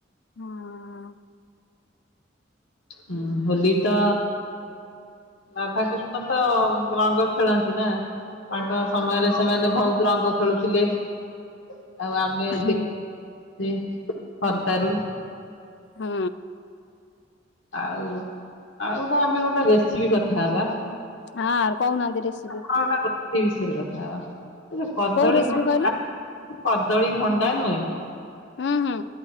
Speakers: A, on the left; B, on the left.
A: ହଁ।
B: ହୁଁ ହୋଲି ତ ରାଧାକୃଷ୍ଣ ତ ରଙ୍ଗ ଖେଳନ୍ତି ନା। ତାଙ୍କ ସମୟରେ ସେମାନେ ଭଉତ ରଙ୍ଗ ଖେଳୁଥିଲେ। । ଆଉ ଆମେ
A: ହୁଁ
B: ଦେଖିଚେ ସରଦାରୁ
A: ହଁ।
B: ଆଉ ଆଉ କଣ ପେଇଁ ଗୋଟେ ରେସିପି କଥା ହେବା।
A: ହଁ ଆର କହୁନାହାନ୍ତି ରେସି
B: <unintelligible>
A: କୋଉ ରେସିପି କହିଲେ
B: କଦଳୀ, ଭଣ୍ଡା ନୁହେଁ
A: ହୁଁ ହୁଁ।